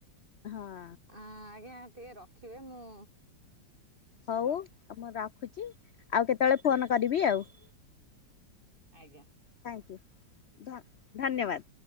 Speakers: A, on the left (about 80°); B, on the right (about 25°).
A: ହଁ।
B: ଆ ଆଜ୍ଞା ଟିକିଏ ରଖିବେ ମୁଁ
A: ହଉମୁଁ
B: ହ୍ୟାଲୋ
A: ରଖୁଛି ଆଉ କେତେବେଳେ ଫୋନ୍ କରିବି ଆଉ
B: ଆଜ୍ଞା।
A: ଥ୍ୟାଙ୍କୟୁ ଧ ଧନ୍ୟବାଦ।